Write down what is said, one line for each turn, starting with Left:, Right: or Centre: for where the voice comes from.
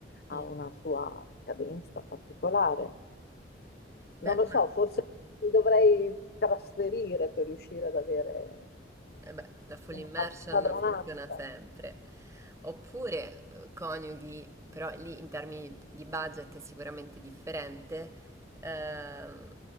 Left: ha
Right: mm.
Left: una sua cadenza particolare.
Right: Beh,
Left: Non lo
Right: ma
Left: so, forse mi dovrei trasferire per riuscire ad avere
Right: Eh beh, la full
Left: una
Right: immersion
Left: pad- padronanza.
Right: funziona sempre. Oppure eh, coniughi, però lì in termini di budget è sicuramente differente, ehm,